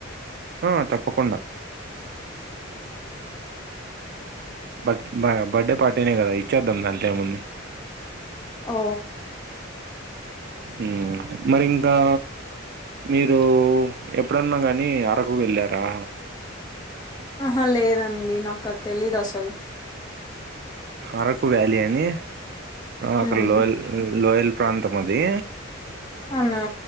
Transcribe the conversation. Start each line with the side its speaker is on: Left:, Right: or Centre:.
Right: ఆ తప్పకుండా
Left: <inaudible>
Right: బర్త్ బ బర్త్డే పార్టీనే కదా ఇచ్చేద్దాం దాంట్లో ఏముంది
Left: ఓ
Right: మ్ మరి ఇంకా మీరు ఎప్పుడన్నా కానీ అరకు వెళ్ళారా
Left: ఆహా లేదండి నాకు అది తెలీదు అసలు
Right: అరకు వ్యాలి అని అక్కడ
Left: ఉమ్
Right: లోయల్ లోయల్ ప్రాంతం అది
Left: అవునా